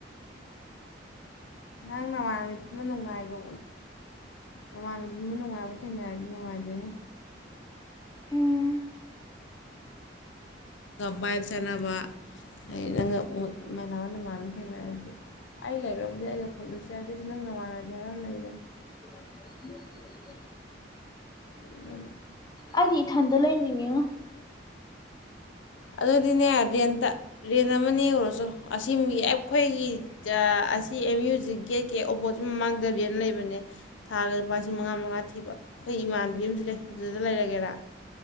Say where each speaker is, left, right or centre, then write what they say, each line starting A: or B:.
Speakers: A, on the left; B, on the left.
A: ꯅꯪ ꯅꯃꯥꯅꯥ ꯅꯨꯡꯉꯥꯏꯕ ꯅꯃꯥꯅꯕꯤ ꯅꯨꯡꯉꯥꯏꯕ ꯇꯤꯟꯅꯥꯔꯗꯤ ꯅꯨꯡꯉꯥꯏꯗꯨꯏꯅꯤ
B: ꯎꯝ
A: ꯚꯥꯏꯕ ꯆꯥꯟꯅꯕ ꯍꯥꯏꯗꯤ ꯅꯪꯒꯥ ꯃꯣꯠ ꯃꯥꯟꯅꯕ ꯅꯃꯥꯅꯕꯤ ꯊꯦꯡꯅꯔꯗꯤ ꯑꯩ ꯂꯩꯔꯕꯨꯗꯤ ꯑꯩꯒ ꯄꯨꯜꯂꯁꯨ ꯌꯥꯏ ꯑꯗꯨꯏꯁꯨ ꯅꯪꯒꯤ ꯅꯃꯥꯟꯅꯕꯤ ꯍꯥꯏꯕ ꯑꯃꯥ ꯂꯩꯗꯅ
B: <unintelligible>
A: ꯑꯗꯨꯗꯅ
B: ꯑꯩꯗꯤ ꯏꯊꯟꯗꯥ ꯂꯩꯅꯤꯡꯉꯤꯉꯣ
A: ꯑꯗꯨꯗꯤꯅꯦ ꯔꯦꯟꯇꯥ ꯔꯦꯟꯇ ꯑꯃꯥ ꯅꯦꯛꯎꯔꯣ ꯆꯠꯂꯣ ꯑꯁꯤ ꯑꯩꯈꯣꯏꯒꯤ ꯑꯁꯤ ꯑꯦꯝ ꯌꯨ ꯖꯤꯒꯤ ꯒꯦꯠ ꯀꯦ ꯑꯣꯄꯣꯖꯤꯠ ꯃꯃꯥꯡꯗ ꯔꯦꯟ ꯂꯩꯕꯅꯦ ꯊꯥꯗ ꯂꯨꯄꯥꯂꯤꯁꯤꯡ ꯃꯉꯥ ꯃꯉꯥ ꯊꯤꯕꯥ ꯑꯩꯈꯣꯏ ꯏꯃꯥꯟꯕꯤ ꯑꯃꯁꯨ ꯂꯩ ꯑꯗꯨꯗ ꯂꯩꯔꯒꯦꯔꯥ